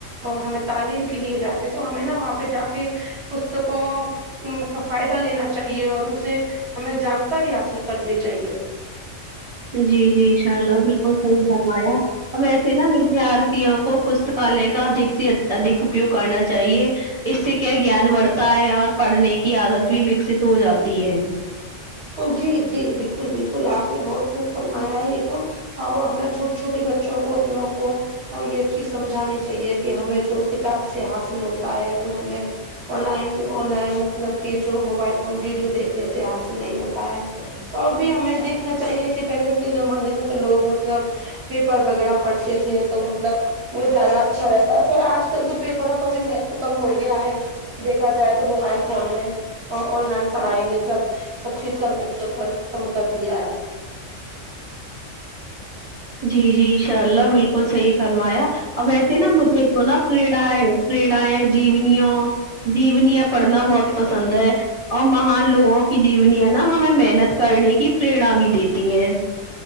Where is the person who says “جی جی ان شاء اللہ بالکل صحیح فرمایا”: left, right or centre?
Right